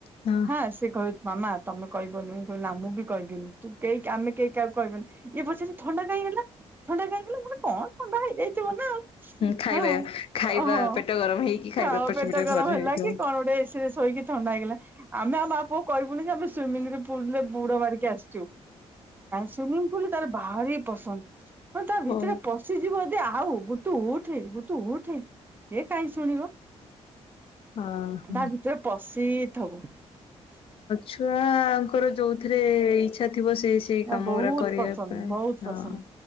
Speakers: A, on the left; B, on the right.
A: ହଉ।
B: ହଁ ସେ କହିଵ ମାମା ତମେ କହିବନି ମୁଁ କହିବନି ମୁଁ ବି କହିବିନି। ତୁ କେହି ଆମେ କେହି କାହାକୁ କହିବନି। ଏ ପଚାରିବ ଥଣ୍ଡା କାଇଁ ହେଲା? ଥଣ୍ଡା କାଇଁ ହେଲା କଣ ଥଣ୍ଡା ହେଇଯାଇଛି। ଥିବ ନାଉ <inaudible>
A: ଖାଇବା
B: ହଁ
A: ଖାଇବା
B: ଓହୋ
A: ପେଟ ଗରମ ହେଇକି ଖାଇବା
B: ଖାଅ
A: ଏପଟ
B: ପେଟ
A: ସେପଟ
B: ଗରମ
A: ଘରେ
B: ହେଲା
A: ହେଇଥିବ।
B: କି କଣ ଗୋଟେ ଏସିରେ ଶୋଇକି ଥଣ୍ଡା ହେଇଗଲା ଆମେ ଆଉ ମା ପୁଅ କହିବୁନି କି ଆମେ ସୁଇମିଙ୍ଗରେ ପୁଲ ରେ ବୁଡ ମାରିକି ଆସିଛୁ ସୁଇମିଙ୍ଗ ପୁଲ ତାର ଭାରି ପସନ୍ଦ ମାନ ତା
A: ହଉ
B: ଭିତରେ ପଶିଯିବ ଆଉ ବୁଟୁ ଉଠେ ତୁ ଉଠେ ହେ କାହିଁ ଶୁଣିବ
A: ହଁ ହଁ
B: ତା ଭିତରେ ପଶ <unintelligible>
A: ଛୁଆଙ୍କର ଯୋଉଥିରେ ଇଚ୍ଛା ଥିବ ସେଇ ସେଇ କାମ
B: ହ ବହୁତ
A: ଗୁରା କରିବା
B: ପସନ୍ଦ
A: ପାଇଁ
B: ବହୁତ
A: ହଁ।
B: ପସନ୍ଦ